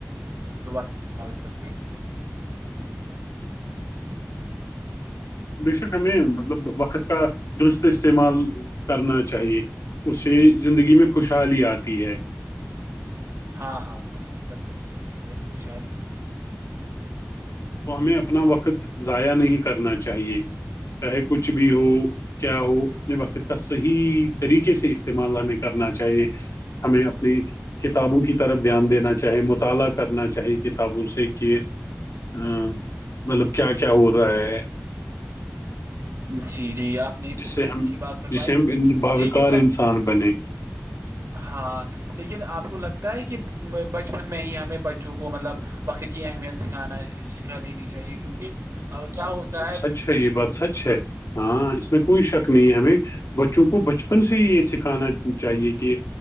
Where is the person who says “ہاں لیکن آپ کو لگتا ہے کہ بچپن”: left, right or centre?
Right